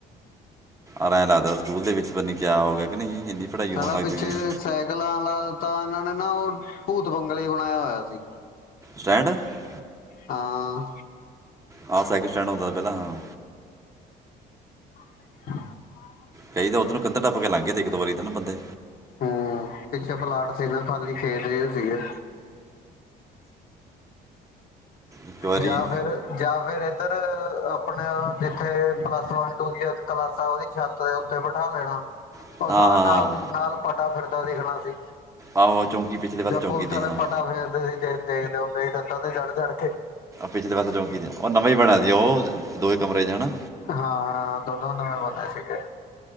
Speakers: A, on the right (about 20°); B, on the left (about 60°).
A: ਆਰਏ ਲੱਗਦਾ ਸਕੂਲ ਦੇ ਵਿੱਚ ਪੰਨੀ ਕਿਆ ਹੋ ਗਿਆ ਕੇ ਨਹੀਂ ਇੰਨੀ ਪੜ੍ਹਾਈ
B: ਸਾਰਾ
A: ਹੋਣ ਲੱਗਦੀ
B: ਪਿੱਛੇ
A: ਸੀ
B: ਸਾਈਕਲਾਂ ਆਲਾ ਤਾਂ ਇਹਨਾਂ ਨੇ ਨਾ ਉਹ ਭੂਤ ਬੰਗਲੇ ਹੀ ਬਣਾਇਆ ਹੋਇਆ ਸੀ
A: ਸਟੈਂਡ ਆਹ
B: ਹਾਂ
A: ਆਹੋ ਸਾਈਕਲ ਸਟੈਂਡ ਹੁੰਦਾ ਪਹਿਲਾਂ ਹਾਂ
B: <inaudible>
A: ਕਈ ਤਾਂ ਉੱਦੋਂ ਕੰਧਾ ਟੱਪ ਕੇ ਲੰਘ ਗੇ ਤੇ ਇੱਕੋ ਵਾਰੀ ਤੇਨ ਪਤੈ
B: ਹਮ ਪਿੱਛੇ ਪਲਾਟ ਸੀ ਨਾ ਖਾਲੀ ਖੇਤ ਜੇ ਸੀਗੇ
A: ਇੱਕ ਵਾਰੀ
B: ਜਾ ਫੇਰ ਜਾ ਫੇਰ ਇ ਤਾਂ ਆਪਣੇ ਜਿੱਥੇ ਪਲੱਸ ਵਨ ਟੂ ਦੀ ਕਲਾਸਾਂ ਉਹਦੀ ਛੱਤ ਦੇ ਉੱਤੇ ਬਿਠਾ ਲੈਣਾ
A: ਹਾਂ
B: ਫਸ <unintelligible>
A: ਹਾਂ, ਹਾਂ
B: ਨਾਲ ਨਾਲ ਪਟਾ ਫਿਰ <unintelligible> ਦੇਖਣਾ ਸੀ
A: ਆਹੋ ਚੌਂਕੀ ਪਿਛਲੇ ਵਾਰ
B: ਜਾਂ
A: ਤਾਂ ਚੌਂਕੀ
B: ਪੁਲਿਸ
A: ਦੀ
B: ਵਾਲੇ
A: ਹਾਂ
B: ਪਟਾ ਫੇਰਦੇ ਸੀਗੇ ਦੇਖਦੇ ਹੋ <unintelligible> ਤੇ ਚੜ ਚੜ
A: ਪਿਛਲੇ ਵਾਰ ਚੌਂਕੀ ਦੀ ਉਹ ਨਵੇਂ ਹੀ ਬਣਿਆ ਸੀ ਉਹ ਦੋਵੇ ਕਮਰੇ ਚ ਹਨਾ
B: ਹਾਂ ਦੋਨੋਂ ਨਵੇਂ ਬਣੇ ਸੀਗੇ